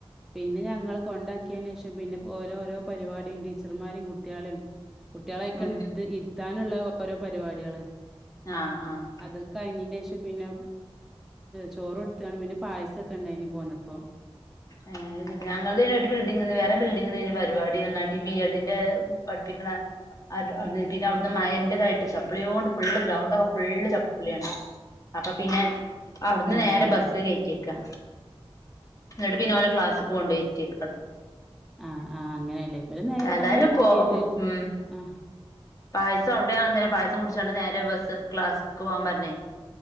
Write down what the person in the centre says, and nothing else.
പിന്നെ ഞങ്ങള് കൊണ്ടാക്ക്യേന്റേഷം പി ഓരോരോ പര്പാടീം ടീച്ചർമാരേം കുട്ട്യാളേം കുട്ട്യാളെ ഐക്കങ്ങണ്ട്
ത് ഇര്ത്താൻ ന്ള്ള ഓരോ പരിപാട്യാള്
അത് കയ്ഞ്ഞീന്റേഷം പിന്നെ ചോറ് കൊട്ത്ത്കാണ്ട് പിന്നെ പായസൊക്കെണ്ടായിന് പോന്നപ്പോ
ഏ
അത് ശരിയാ
ആ
ആഹ് ആഹ് അങ്ങനേല്ലേ ഇബലെ നേരിട്ടണ്
ഇര്ത്തി
ചെയ്തെ
ആഹ്